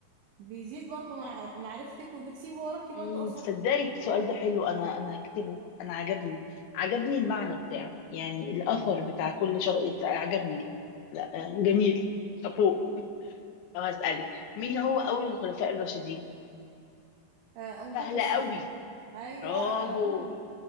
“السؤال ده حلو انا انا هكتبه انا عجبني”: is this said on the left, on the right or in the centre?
Left